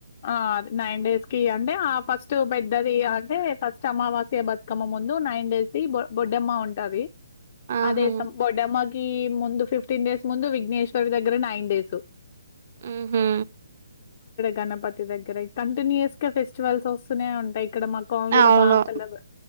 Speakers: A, on the left; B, on the right.
A: ఆ అ నైన్ డేస్ కి అంటే ఆ ఫస్ట్ పెద్దది అంటే, ఫస్ట్ అమావాస్య బతుకమ్మ ముందు నైన్ డేస్ కి బొడ్డమ్మ ఉంటది.
B: ఆహా
A: అదే సమ్ బొడ్డెమ్మకి ముందు ఫిఫ్టీన్ డేస్ ముందు విఘ్నేశ్వరుడు దగ్గర నైన్ డేస్
B: ఉమ్ హు
A: గనం పతి దగ్గర కంటిన్యూస్ గా ఫెస్టివల్స్ వస్తూనే ఉంటయ్ ఇక్కడ మా కాలనీలో
B: అవును
A: బాగా సెలబ్రే